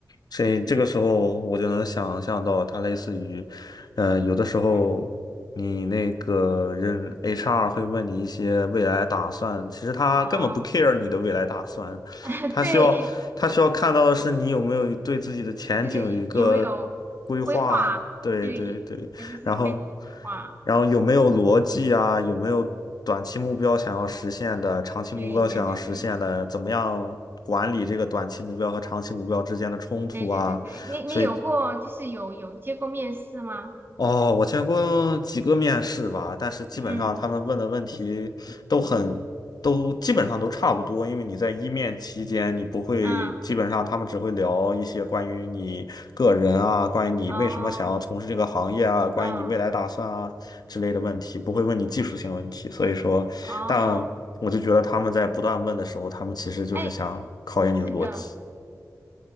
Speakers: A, on the left; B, on the right.
A: 所以这个时候我就能想象到，它类似于，嗯、有的时候你那个人
B: 嗯，
A: HR 会问你一些未来打算，其实他根本不
B: 哦，
A: care 你的未来打算，
B: <laughs>
A: 他需要他需要看到的是你有没有对自己的前景有一个
B: 对，就是有有没有
A: 规划。
B: 规划？
A: 对对对，
B: 对，那就是看你的规划。
A: 然后，然后有没有逻辑啊？有没有短期目标想要实现的，长期目标想要实现的？
B: 对对对对，
A: 怎么样管理这个短期目标和长期目标之间的冲突啊？
B: 对对对对，你你有过就是有有接过面试吗？
A: 所以哦，我见过几个面试吧，但是基本上他们问的问题都很，
B: 嗯
A: 都基本上都差不多，因为你在一面期间，你不会，
B: 嗯
A: 基本上他们只会聊一些关于你个人啊，关于你为什么想要从事这个行业啊，
B: 哦
A: 关于你未来打算啊之类的问题，
B: 嗯
A: 不会问你技术性问题。所以说，
B: 哦，
A: 但我就觉得他们在不断问的时候，他们其实就是想考验你的逻辑。
B: 哎，是的，